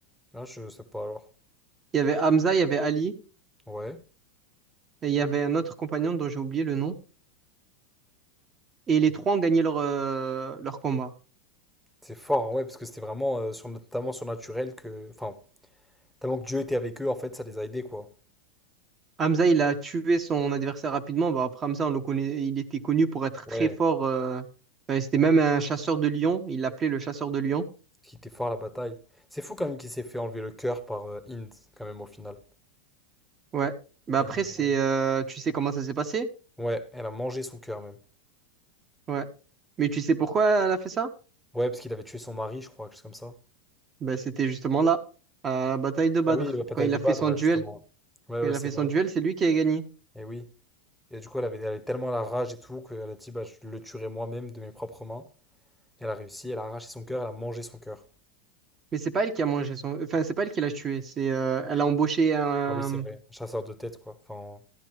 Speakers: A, in the centre; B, on the right (about 30°).
A: Ah, je sais pas alors.
B: Il y avait Hamza, il y avait Ali,
A: Ouais.
B: et il y avait un autre compagnon dont j'ai oublié le nom. Et les trois ont gagné leur, euh, leur combat.
A: C'est fort, hein, ouais, parce que c'était vraiment euh, sur, notamment surnaturel que. Enfin, tellement que Dieu était avec eux, en fait, ça les a aidés, quoi.
B: Hamza, il a tué son adversaire rapidement. Bah, après Hamza, on le connaît, il était connu pour être
A: Ouais.
B: très fort. euh, enfin, c'était même un chasseur de lions. Il l'appelait le chasseur de lions.
A: Qui était fort à la bataille. C'est fou quand même qu'il s'est fait enlever le cœur par euh, Hind, quand même, au final.
B: Ouais. Bah
A: Et,
B: après,
A: euh,
B: c'est, euh, tu sais comment ça s'est passé?
A: ouais, elle a mangé son cœur même.
B: Ouais. Mais tu sais pourquoi elle a fait ça?
A: Ouais, parce qu'il avait tué son mari, je crois, quelque chose comme ça.
B: Bah, c'était justement là, à la bataille de Badr,
A: Ah oui, la bataille
B: quand il
A: de
B: a fait
A: Badr,
B: son
A: ouais,
B: duel.
A: justement. Ouais,
B: Quand
A: ouais,
B: il
A: c'est
B: a fait
A: vrai.
B: son duel, c'est lui qui a gagné.
A: Et oui. Et du coup, elle avait, elle avait tellement la rage et tout qu'elle a dit, bah, je le tuerai moi-même de mes propres mains. Et elle a réussi, elle a arraché son cœur, elle a mangé son cœur.
B: Mais c'est pas elle qui a mangé son... Enfin, c'est pas elle qui l'a tué. C'est, euh, elle a embauché un...
A: Ah oui, c'est vrai. Chasseur de tête, quoi. Enfin,